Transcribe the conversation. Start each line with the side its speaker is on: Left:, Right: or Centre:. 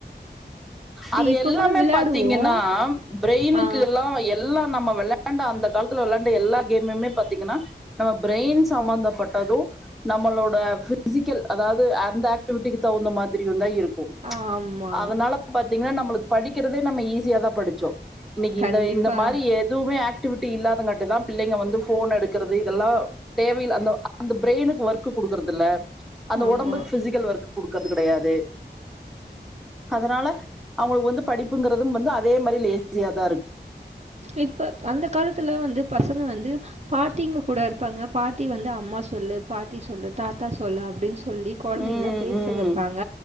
Centre: அது
Right: இப்ப
Centre: எல்லாமே
Right: கூட விளையாடுவோம்.
Centre: பாத்தீங்கன்னா பிரெயினுக்கு
Right: ஆ
Centre: எல்லா எல்லா நம்ம வெளாண்ட அந்த காலத்துல வெளாண்ட எல்லா கேமுமே பாத்தீங்கன்னா நம்ம பிரெயின் சம்பந்தப்பட்டதோ நம்மளோட பிசிக்கல் அதாவது அந்த ஆக்டிவிட்டிக்கு தவுந்த மாதிரியுந்தா இரு போ
Right: ஆமா.
Centre: அதனால பாத்தீங்னா நம்மளுக் படிக்கிறதே நம்ம ஈஸியாதா படிச்சோ இன்னிக்கி
Right: கண்டிப்பா.
Centre: இந்த இந்த மாரி எதுவுமே ஆக்டிவிட்டி இல்லாதங்காட்டு தா பிள்ளைங்க வந்து ஃபோன் எடுக்குறது இதெல்லா தேவையில்ல அந்த அந்த பிரெய்னுக்கு ஒர்க் குடுக்குறதுல்ல அந்த
Right: ஆமா.
Centre: ஒடம்புக்கு ஃபிசிக்கல் ஒர்க் குடுக்கற்து கெடயாது அதனால அவங்களுக்கு வந்து படிப்புங்கறதும் வந்து அதே மாரி லேஸியா தா இருக்கு
Right: இப்ப அந்த காலத்துல வந்து பசங்க வந்து பாட்டிங்க கூட இருப்பாங்க பாட்டி வந்து அம்மா சொல்லு பாட்டி சொல்லு தாத்தா சொல்லு அப்டீனு சொல்லி கொழந்தைகள
Centre: ம்
Right: பேச
Centre: ம்
Right: வெப்பாங்க